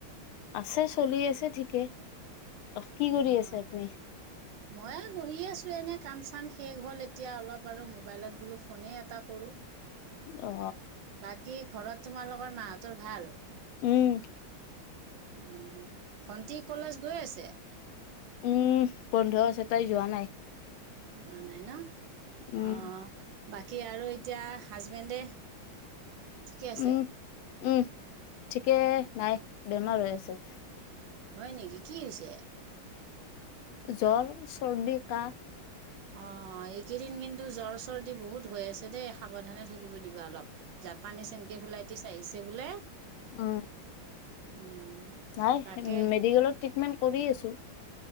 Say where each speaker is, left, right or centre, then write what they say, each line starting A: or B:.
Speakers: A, on the left; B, on the right.
A: আছে চলি আছে ঠিকে কি কৰি
B: অ
A: আছে আপুনি?
B: মই বহি আছো এনে কাম চাম শেষ হ'ল এতিয়া অলপ। বাৰু মোবাইলত বোলো ফোনেই এটা কৰো।
A: অ।
B: বাকী ঘৰত তোমালোকৰ মাহতঁৰ ভাল?
A: উম।
B: উম ভন্টি কলেজ গৈ আছে?
A: উম বন্ধ আছে তাই যোৱা নাই।
B: যোৱা নাই ন
A: উম
B: অ বাকী আৰু এতিয়া হাজবেণ্ডে ঠিকে আছে
A: উম উম ঠিকে নাই বেমাৰ হৈ আছে
B: হয় নেকি কি হৈছে
A: জ্বৰ চৰ্দি কাহ
B: অ এইকেইদিন কিন্তু জ্বৰ চৰ্দি বহুত হৈ আছে দেই সাৱধানে থাকিব দিবা অলপ জাপানীজ এনকে ফ্লাইটিছ আহিছে বোলে
A: অ
B: উম
A: নাই
B: তাকে
A: মেডিকেলত ট্ৰিটমেন্ট কৰি আছো